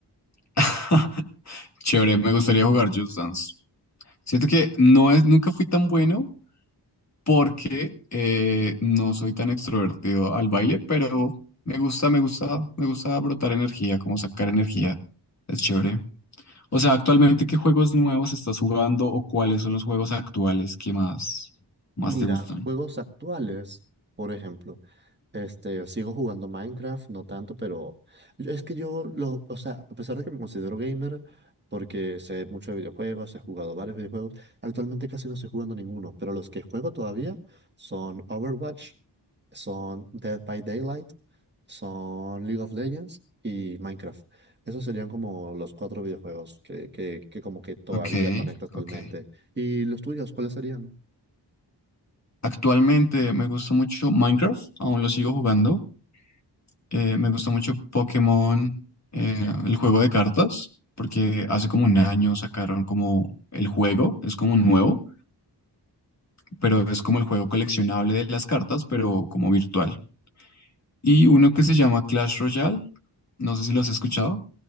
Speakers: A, on the left; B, on the right.
A: <laughs> Chévere, me gustaría jugar Just Dance. Siento que no es, nunca fui tan bueno, porque eh, no soy tan extrovertido al baile, pero me gusta, me gusta, me gusta brotar energía, como sacar energía. Es chévere. O sea, actualmente, ¿qué juegos nuevos estás jugando o cuáles son los juegos actuales que más, más
B: Mira,
A: te gustan?
B: juegos actuales, por ejemplo. Este, yo sigo jugando Minecraft, no tanto, pero yo- es que yo, lo, o sea, a pesar de que me considero gamer, porque sé mucho de videojuegos, he jugado varios videojuegos, actualmente casi no estoy jugando ninguno, pero los que juego todavía son Overwatch, son Dead by Daylight, son League of Legends y Minecraft. Esos serían como los cuatro videojuegos que, que, que como que todavía
A: Ok,
B: conecto actualmente.
A: ok.
B: ¿Y los tuyos, cuáles serían?
A: Actualmente me gusta mucho Minecraft, aún lo sigo jugando. Eh, me gusta mucho Pokémon, eh, el juego de cartas, porque hace como un año sacaron como el juego, es como nuevo. pero es como el juego coleccionable de las cartas, pero como virtual. Y uno que se llama Clash Royale, no sé si lo has escuchado.